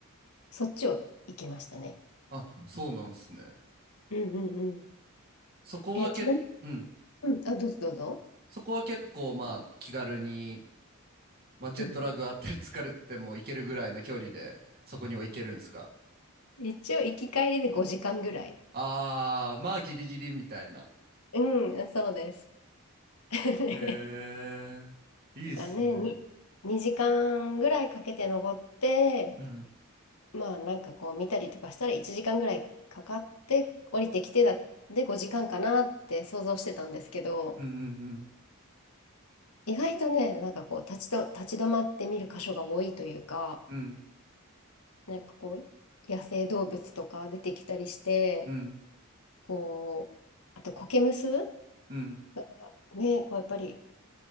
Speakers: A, on the left; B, on the right.
A: そっちを行きましたね。
B: あ、そうなんすね。
A: うんうんうん。
B: そこはけ、
A: え、ちなみ
B: うん。
A: に、うん、あ、どうぞどうぞ。
B: そこは結構、まあ、気軽に、まあ、ジェットラグあったり疲れても行けるぐらいの距離で、
A: うん。
B: そこには行けるんですか
A: 一応、行き帰りで5時間ぐらい。
B: ああー、まあ、ギリギリみたいな。
A: うん、そうです。<laughs> ね
B: ええ、いいっすね。
A: だからね、に、2時間ぐらいかけて登って、
B: うん、
A: まあなんかこう見たりとかしたら1時間ぐらいかかって降りてきてだ、で5時間かなって想像してたんですけど、
B: うん、うん、
A: 意外とね、なんかこう立ちと立ち止まって見る箇所が多いというか、
B: うん、
A: なんかこう野生動物とか出てきたりして、
B: うん、
A: こう、あと苔むす
B: うん。
A: がね、こうやっぱり